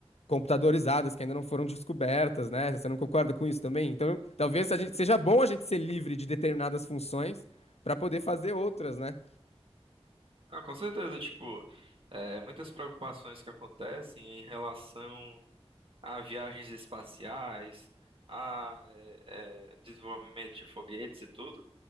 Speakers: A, on the left; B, on the right.
A: computadorizadas, que ainda não foram descobertas, né? Você não concorda com isso também? Então, talvez a gente- seja bom a gente ser livre de determinadas funções para poder fazer outras, né?
B: Ah, com certeza, tipo, é, muitas preocupações que acontecem em relação a viagens espaciais, a é, é, desenvolvimento de foguetes e tudo.